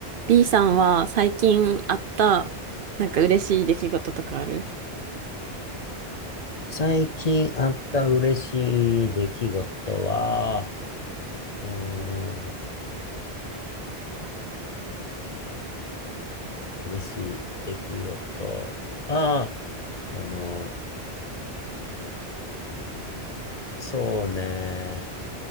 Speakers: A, on the right; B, on the left.
A: B さんは最近あった、なんか嬉しい出来事とかある
B: 最近あった嬉しい出来事は、うーん、嬉しい出来事は、あの、そうね、